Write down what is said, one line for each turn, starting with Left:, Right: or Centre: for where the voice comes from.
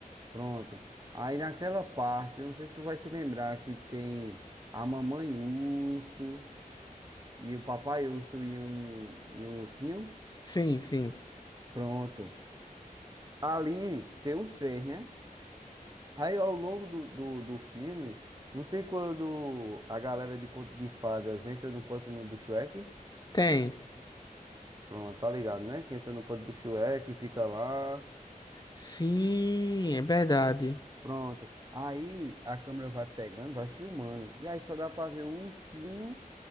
Right: Pronto. Aí naquela parte, eu não sei se tu vai se lembrar que tem a mamãe urso e o papai urso e um, e um ursinho.
Left: sim, sim,
Right: Pronto. Ali tem os três, né? Aí ao longo do, do, do filme, não tem quando a galera de Conto de Fadas entra no pântano do Shrek?
Left: tem.
Right: Pronto, tá ligado, né? Que entra no pântano do Shrek, e fica lá.
Left: Sim, é verdade.
Right: Pronto. Aí a câmera vai pegando, vai filmando. E aí só dá pra ver o ursinho